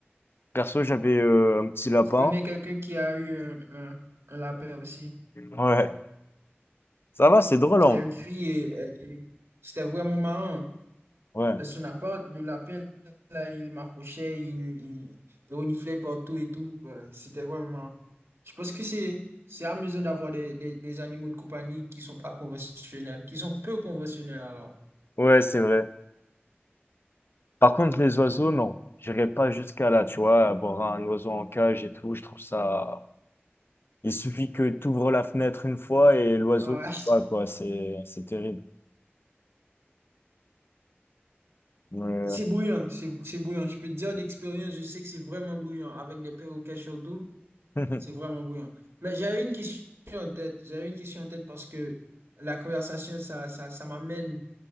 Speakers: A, on the left (about 60°); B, on the right (about 90°).
A: Perso, j'avais euh, un petit lapin.
B: Je connais quelqu'un qui a eu un, un, un lapin aussi.
A: Ouais. Ça va, c'est drôle,
B: C'était
A: en vrai.
B: une fille et, et- et c'était vraiment marrant.
A: Ouais.
B: De son appart, le lapin, là, il m'approchait, il, il, il reniflait partout et tout. Ouais, C'était vraiment marrant. Je pense que c'est c'est amusant d'avoir des, des, des animaux de compagnie qui sont pas conventionnels, qui sont peu conventionnels alors.
A: Ouais, c'est vrai. Par contre, les oiseaux, non. J'irai pas jusqu'à là, tu vois, avoir un oiseau en cage et tout, je trouve ça... Il suffit que tu ouvres la fenêtre une fois et l'oiseau
B: Ouais.
A: qui va, quoi. C'est c'est terrible. Mais-
B: C'est bouillant, c'est bou- c'est bouillant. Je peux te dire d'expérience, je sais que c'est vraiment bouillant. Avec les perroquets surtout,
A: <laughs>
B: c'est vraiment bouillant. Mais j'avais une question en tête. J'avais une question en tête parce que la conversation, ça, ça, ça m'amène